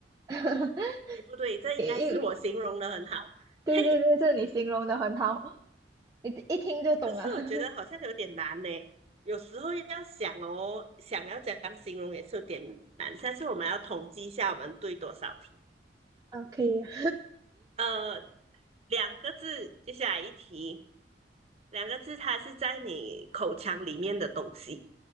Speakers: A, on the right; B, on the right.
A: <laughs>
B: 哎，不对，这应该是我形容的很好，
A: 因因为对对对，
B: <laughs>
A: 这你形容的很好，一一听就懂了。
B: 可是我觉得好像有点难呢。
A: <laughs>
B: 有时候要想哦，想要怎样形容也是有点难。下次我们要统计一下，我们对多少题。
A: 啊，可以啊，
B: 呃，两个字，接下来一题，两个字，它是在你口腔里面的东西。